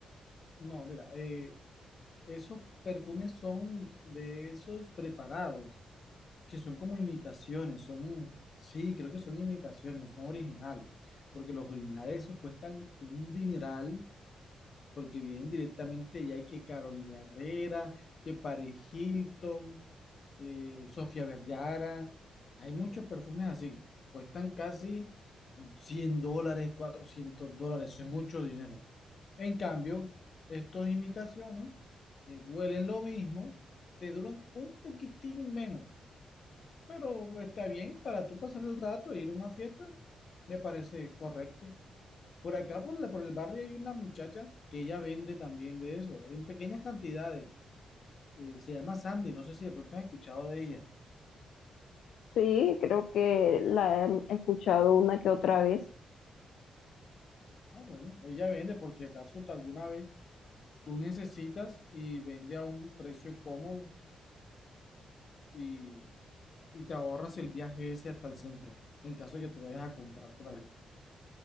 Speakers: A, on the left; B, on the left.
A: No, mira, eh, esos perfumes son de esos preparados, que son como imitaciones, son, sí, creo que son imitaciones, no son originales, porque los originales esos cuestan un dineral porque vienen directamente ya hay que Carolina Herrera, que Paris Hilton, eh, Sofía Vergara, hay muchos perfumes así, cuestan casi 100 dólares, 400 dólares, eso es mucho dinero. En cambio, estos imitaciones eh, huelen lo mismo, te duran un poquitín menos, pero está bien para tú pasar el rato e ir a una fiesta, me parece correcto. Por acá, por la, por el barrio, hay una muchacha que ella vende también de eso, en pequeñas cantidades. Eh, se llama Sandy, no sé si de pronto has escuchado de ella.
B: Sí, creo que la he escuchado una que otra vez.
A: Ah, bueno, ella vende por si acaso tú alguna vez tú necesitas y vende a un precio cómodo y, y te ahorras el viaje ese hasta el centro, en caso de que tú vayas a comprar por allá.